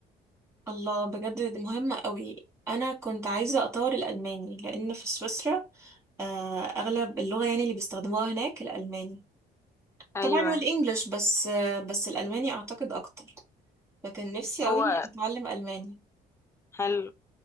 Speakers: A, on the right; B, on the left.
A: الله بجد مهمة قوي أنا كنت عايزة أطور الألماني لأن في سويسرا آه، أغلب اللغة يعني اللي بيستخدموها هناك الألماني
B: ايوه
A: طبعا والإنجليش بس آه، بس الألماني أعتقد أكتر لكن نفسي قوي
B: هو
A: أتعلم ألماني
B: حلو